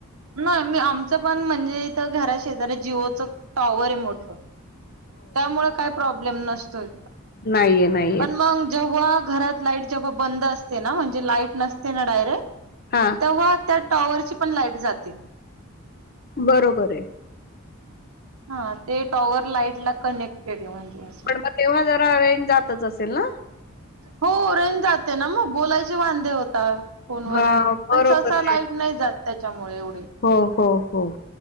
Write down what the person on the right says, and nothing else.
नाही मी आमचं पण म्हणजे इथं घरा शेजऱी जिओच टॉवर अहे मोठ. त्यामुळे काय प्रॉब्लेम नसतोय.
पण मग जेव्हा घरात लाईट जेव्हा बंद असते ना म्हणजे लाईट नसते ना डायरेक्ट-
तेव्हा त्या टॉवरची पण लाइट जाते.
हा ते टॉवर लाईट ला कनेक्टेड आहे म्हणजे. असं.
हो रेन जाते ना मग बोलायची वांधे होता. फोन वरती
पण
सहसा
लाईट नाही जात त्याच्यामुळे एवढी.